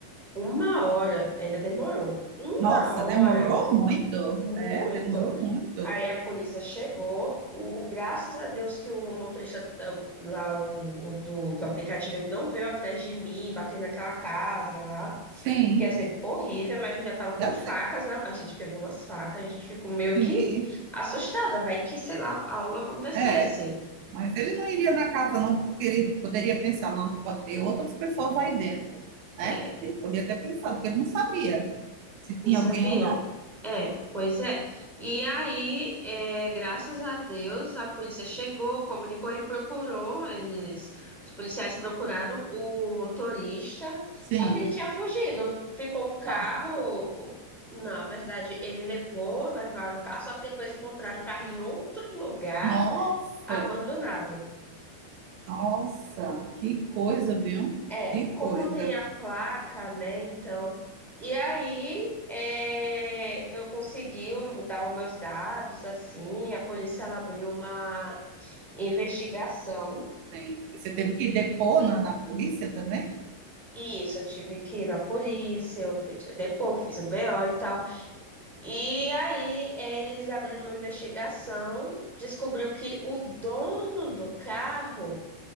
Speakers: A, in the centre; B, on the right.
A: Uma hora, ainda demorou. Uma
B: Nossa,
A: hora,
B: demorou muito.
A: muito.
B: É, demorou muito.
A: Aí a polícia chegou. O, graças a Deus que o motorista ah, lá o, o do, do aplicativo ele não veio atrás de mim, batendo naquela casa lá,
B: Sim,
A: que ia ser horrível, mas eu já tava com
B: já
A: facas
B: sei.
A: na. A gente pegou umas facas, a gente ficou meio
B: Sim.
A: que assustada. Vai que, sei lá, algo acontecesse.
B: É, mas ele não iria na casa não, porque ele poderia pensar, não, pode ter outras pessoas aí dentro, né?
A: É,
B: Ele podia ter pensado, porque ele não sabia se tinha
A: Não sabia?
B: alguém ou não.
A: É, pois é. E aí, é, graças a Deus, a polícia chegou, comunicou e procurou. Eles, os policiais procuraram o motorista,
B: Sim.
A: só que ele tinha fugido. Ficou o carro.
B: Não.
A: o- na verdade, ele levou, levaram o carro, só que depois encontraram o carro em outro lugar,
B: Nossa,
A: abandonado.
B: Nossa, que coisa, viu?
A: É,
B: Que
A: como
B: coisa.
A: tem a placa, né? Então, e aí é, eu consegui o- dar os meus dados, assim, a polícia ela abriu uma investigação.
B: Tem- Você teve que depor na, na polícia também?
A: E isso, eu tive que ir na polícia, eu fui depois, fiz um BO e tal. E aí eles abriram uma investigação, descobriu que o dono do carro.